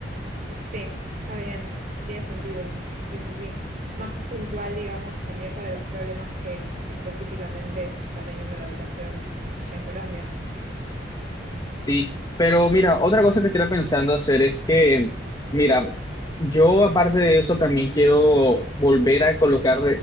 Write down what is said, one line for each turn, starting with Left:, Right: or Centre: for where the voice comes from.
Right: Sí, está bien, tiene sentido. Sí, sí, sí. Más puntual, digamos, también para los problemas que específicamente está teniendo la educación allá en Colombia.
Left: Sí. Pero mira, otra cosa que estoy pensando hacer es que, mira, yo aparte de eso también quiero volver a colocar